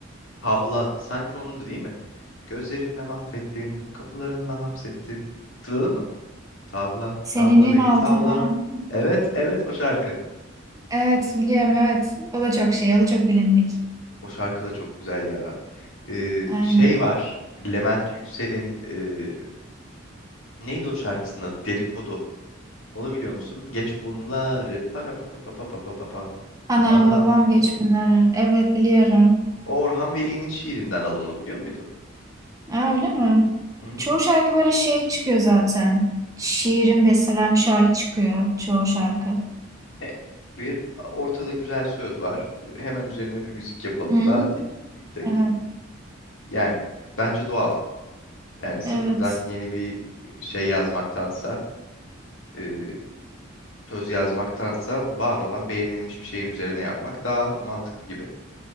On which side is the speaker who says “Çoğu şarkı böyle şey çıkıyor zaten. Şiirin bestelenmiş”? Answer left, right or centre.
Right